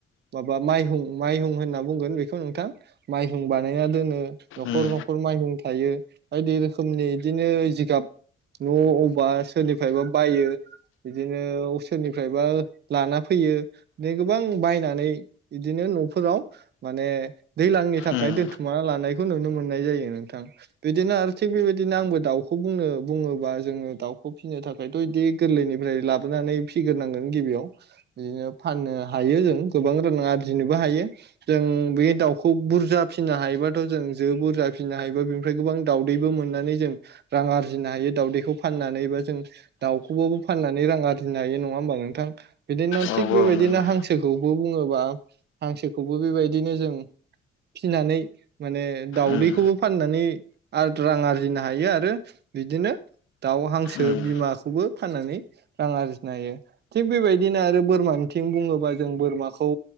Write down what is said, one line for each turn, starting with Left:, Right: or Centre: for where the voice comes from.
Right: माबा माइहुं माइहुं होनना बुंगोन बेखौ नोंथां माइहुं बानायना दोनो न'खर
Left: उम
Right: न'खर माइहुं थायो बायदि रोखोमनि बिदिनो जिगाब न' अबा सोरनिफ्रायबा बायो बिदिनो सोरनिफ्रायबा लाना फैयो बि गोबां बायनानै बिदिनो न'फोराव माने दैज्लांनि थाखाय
Left: उम
Right: दोनथुमा लानायखौ नुनो मोननाय जायो नोंथां बिदिनो आरो थिग बेबायदिनो आंबो दाउखौ बुंनो बुङोबा जोङो दाउखौ फिसिनो थाखायथ' बिदि गोरलैनिफ्राय लाबोनानै फिग्रोनांगोन गिबियाव बिदिनो फाननो हायो जों गोबां रां आरजिनोबो हायो जों बे दाउखौ बुरजा फिनो हायोबाथ' जों जो बुरजा फिसिनो हायोबा बेनिफ्राय गोबां दाउदैबो मोननानै जों रां आरजिनो हायो दाउदैखौ फाननानैबा जों दाउखौबाबो फाननानै रां आरजिनो हायो नङा होमबा नोंथां बिदिनो
Left: औ
Right: थिग बेबायदिनो
Left: औ नंगौ
Right: हांसोखौबो बुङोबा हांसोखौबो बेबायदिनो जों फिनानै माने दाउदैखौबो
Left: उम
Right: फाननानै रां आरजिनो हायो आरो बिदिनो दाउ हांसो
Left: उम
Right: बिमाखौबो फाननानै रां आरजिनो हायो थिग बेबायदिनो आरो बोरमानिथिं बुङोबा जों बोरमाखौ